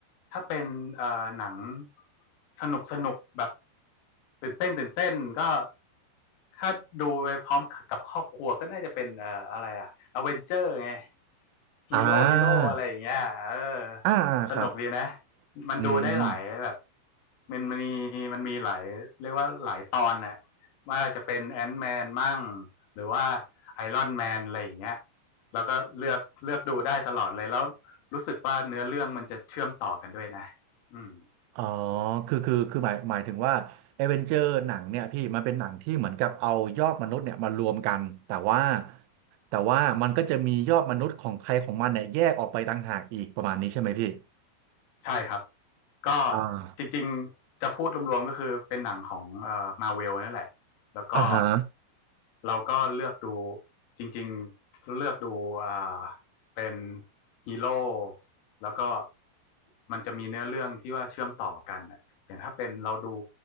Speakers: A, on the left; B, on the right.
A: ถ้าเป็นเอ่อหนังสนุกสนุกแบบตื่นเต้นตื่นเต้นก็ ถ้าดูไปพร้อมกับครอบครัวก็น่าจะเป็นเอ่ออะไรอะอเวนเจอร์ไง ฮีโร่ฮีโร่อะไรอย่างเงี้ยเออ
B: อ่าอ่าครับ
A: สนุกดีนะ มันดูได้หลายแบบ
B: อืม
A: มันมันมีมันมีหลายเรียกว่าหลายตอนน่ะว่าจะเป็นแอนท์แมนมั่งหรือว่าไอรอนแมนอะไรอย่างเงี้ยแล้วก็เลือกเลือกดูได้ตลอดเลย แล้วรู้สึกว่าเนื้อเรื่องมันจะเชื่อมต่อกันด้วยนะอืม
B: อ๋อคือคือคือหมายหมายถึงว่าเอเวนเจอร์หนังเนี่ยพี่มันเป็นหนังที่เหมือนกับเอายอดมนุษย์เนี่ยมารวมกันแต่ว่าแต่ว่ามันก็จะมียอดมนุษย์ของใครของมันเนี่ยแยกออกไปต่างหากอีกประมาณนี้ใช่ไหมพี่
A: ใช่ครับก็
B: อ่า
A: จริงๆจะพูดรวมๆก็คือเป็นหนังของเอ่อมาเวลนั่นแหละแล้วก็
B: อ่าฮะ
A: เราก็เลือกดูจริงๆเลือกดูอ่าเป็นฮีโร่แล้วก็มันจะมีเนื้อเรื่องที่ว่าเชื่อมต่อกันน่ะอย่างถ้าเป็นเราดู